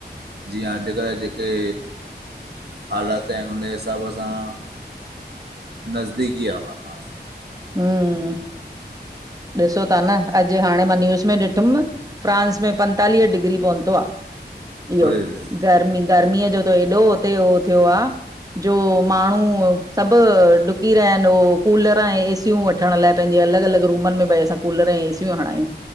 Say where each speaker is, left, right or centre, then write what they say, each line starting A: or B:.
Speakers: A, on the right; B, on the right.
A: जीअं अॼुकल जेके हालात आहिनि उन हिसाब सां नज़दीकी आ माना।
B: हूं ऊं! ॾिसो ता न अॼु हाणें मां न्यूज़ में ॾिठुम फ्रांस में पंतालीह डिग्री पहुंतो आ इहो।
A: ओड़े रे
B: गर्मी -गर्मीअ जो त एॾो हुते हो थियो आ, जो माण्हू सभु डुकी रहिया आहिनि हू कूलर ऐं एसी सियूं वठण लाइ पंहिंजे अलॻि अलॻि रूमनि में भई असां कूलर ऐं एसियूं हणायूं।